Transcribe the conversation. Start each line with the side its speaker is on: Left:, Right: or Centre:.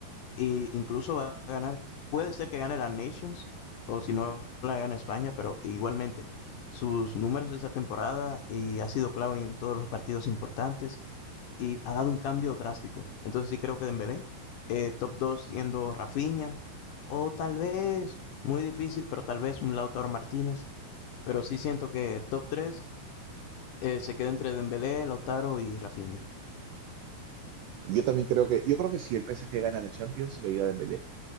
Left: e incluso va a ganar, puede ser que gane la Nations, o si no la gana España, pero igualmente, sus números esta temporada y ha sido clave en todos los partidos importantes, y ha dado un cambio drástico. Entonces sí creo que Dembélé, eh, top 2 siendo Rafinha, o tal vez, muy difícil, pero tal vez un Lautaro Martínez. Pero sí siento que top tres eh, se queda entre Dembélé, Lautaro y Rafinha.
Right: Yo también creo que, yo creo que si el PSG gana la Champions, se lo lleva Dembélé.